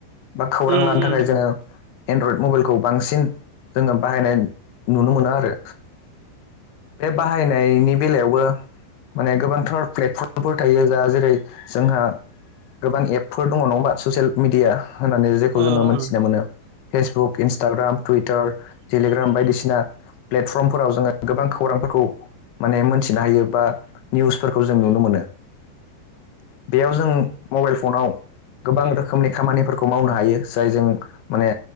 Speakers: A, on the left; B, on the right.
A: बा खौरां
B: उम
A: लानो
B: उम
A: थाखाय जोङो एन्ड्रइड मबाइलखौ बांसिन जोङो बाहायनाय नुनो मोनो आरो बे बाहायनायनि बेलायावबो माने गोबांथार प्लेटफर्मफोर थायो जा जेरै जोंहा गोबां एपफोर दङ नङाबा ससियेल मिडिया होननानै जेखौ
B: ओ
A: जोङो
B: ओ
A: मोनथिनो मोनो फेसबुक इन्सटाग्राम टुइटार टेलिग्राम बायदिसिना प्लेटफर्मफोराव जोङो गोबां खौरांफोरखौ माने मोनथिनो हायो बा निउसफोरखौ जों नुनो मोनो बेयाव जों मबाइल फनाव गोबां रोखोमनि खामानिफोरखौ मावनो हायो जायजों माने